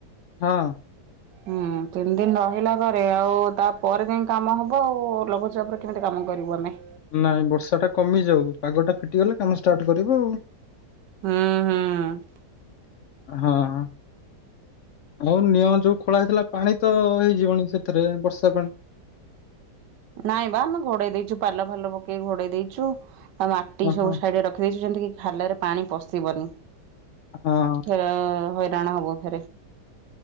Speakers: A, on the left (about 75°); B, on the right (about 85°).
A: ହଁ।
B: ହୁଁ ତିନି ଦିନ ରହିଲା ପରେ ଆଉ ତା ପରେ ଯାଇ କାମ ହବ ଆଉ ଲଘୁଚା ଜବର କେମିତି କାମ କରିବୁ ଆମେ।
A: ନାଇଁ ବର୍ଷା ଟା କମିଯାଉ ପାଗ ଟା ଫିଟିଗଲେ କାମ ଷ୍ଟାର୍ଟ କରିବୁ ଆଉ।
B: ହୁଁ ହୁଁ।
A: ହଁ। ହଉ ନିଅଁ ଯୋଉ ଖୋଳା ହେଇଥିଲା ପାଣି ତ ହେଇଯିବଣି ସେଥିରେ ବର୍ଷା ପାଣି
B: ନାଇଁ ବା ଆମେ ଘୋଡେ଼ଇ ଦେଇଛୁ ପାଲ ଫାଲ ପକେଇକି ଘୋଡେ଼ଇ ଦେଇଛୁ। ଆଉ ମାଟି
A: ଓହୋ
B: ସବୁ ସାଇଡ଼ରେ ରଖିଦେଇଚୁ ଯେମତି କି ଖାଲରେ ପାଣି ପଶିବନି।
A: ହଁ।
B: ହେରା ହଇରାଣ ହବୁଫେରେ।